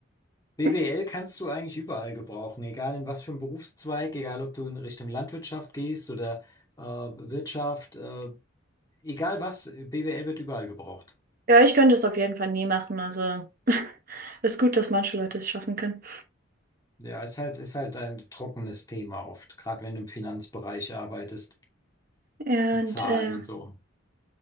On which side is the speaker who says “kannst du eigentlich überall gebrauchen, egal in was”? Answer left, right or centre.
Left